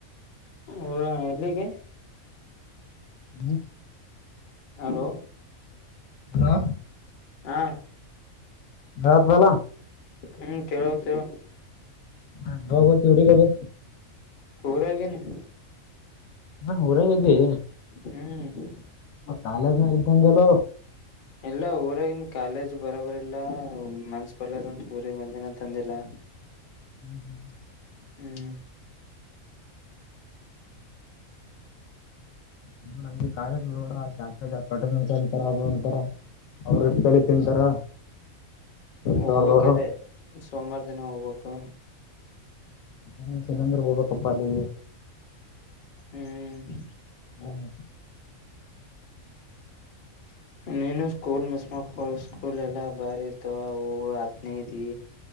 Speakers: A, on the left; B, on the left.
A: ಹ ಎಲ್ಲಿಗೆ.
B: ಹ್ಮ್.
A: ಹಲೋ
B: ಹಲೋ.....
A: ಹಾ
B: ಯತ್ ಬಲ.
A: ಹ್ಮ್ ಕೇಳೋತ ಹೇಳು.
B: ಹಾ ನತವ್ರಗ ಅದು <inaudible>
A: ಊರಾಗಿನೆ.
B: ಹ ಊರಂಗ್ದಿ.
A: ಹ್ಮ್.
B: ಕಾಲೇಜ್ನಾಗ ಇದ್ದಂಗೆಲೋ.
A: ಇಲ್ಲ ಊರಾಗಿನ್ ಕಾಲೇಜ್ ಬರೋಬರಿಲ್ಲ ಮನ್ಸ ಬರ್ಲದಂತ ಊರಿ ಬಂದಿನ ತಂದಿಲ್ಲ.
B: ಹ್ಮ್ ಹ್ಮ್ ಹ್ಮ್ <inaudible>
A: ಹ್ಮ್
B: ನೋಡಂಗ ಕ ನೋಡ ಶಾ ಪಟ್ಟಂಟಂತಾರ ಅಂತಾರ ಅದ್ನ ಒಂತರಾ. ಅವ್ರ ಎಷ್ಟ ತಲೆ ತಿಂತಾರ.
A: ಹೋಗ್ಬಕ್
B: ದೊಡ್ಡದವ್ರು
A: ಅದೇ ಸೋಮವಾರ ದಿನ ಹೋಗ್ಬೇಕು.
B: ಮನ್ಸಿಲಂದ್ರ ಹೋಗ್ಬೇಕಪ್ಪ ಅಲ್ಲಿಗಿ.
A: ಹ್ಮ್.
B: ಹ್ಮ.
A: <inaudible> ನೀನು ಸ್ಕೂಲ್ ಮಿಸ್ ಮಾಡಕ ಸ್ಕೂಲ್ ಎಲ್ಲ ಬಾರಿ ಇರ್ತವ ಹೋಗು ಹತ್ನೇ ಇದಿ.